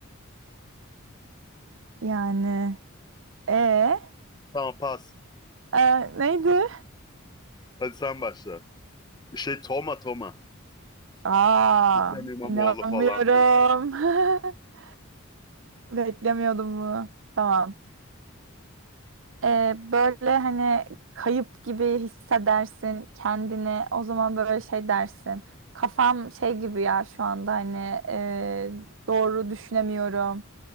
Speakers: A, on the right; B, on the left.
A: Yani. E,
B: Tamam pas.
A: e, neydi?
B: Hadi sen başla. Şey Toma Toma.
A: Aa,
B: Hüseyin İmamoğlu
A: inanmıyorum.
B: falan.
A: <laughs> Beklemiyordum bunu. Tamam. E, böyle hani kayıp gibi hissedersin kendini. O zaman böyle şey dersin. Kafam şey gibi ya şu anda hani e, doğru düşünemiyorum